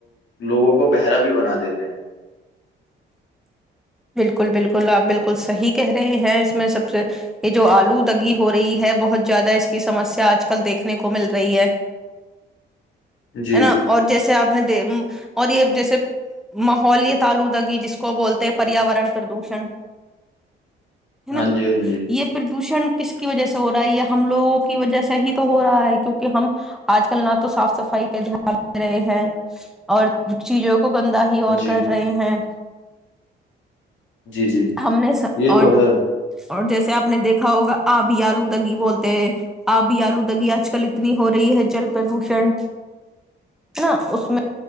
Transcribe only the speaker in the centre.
بالکل بالکل آپ بالکل صحیح کہہ رہے ہیں اس میں سب سے یہ جو آلو دگی ہو رہی ہے بہت زیادہ اس کی سمسیا آج کل دیکھنے کو مل رہی ہے
ہے نا اور جیسے آپ نے دے اور یہ جیسے ماحولتلودگی جس کو بولتے پیاورن پردوشن ہے
نا
یہ پردوشن کس کی وجہ سے ہو رہا ہے یہ ہم لوگ کی وجہ سےح ہی تو ہو رہا ہے کیونکہ ہم آج کل نہ تو صاف صفائی پہ دھیان دے رہے ہیں اور چیزوں کو کو گندہ ہی اور
کر رہے ہیں
ہم نے س-
اور
اور جیسے آپ نے دیکھا ہوگا آبی آلوودگی بولتے آبی آلوودگی آج کل اتنی ہو رہی ہے جل پردوشن ہے نا اس میں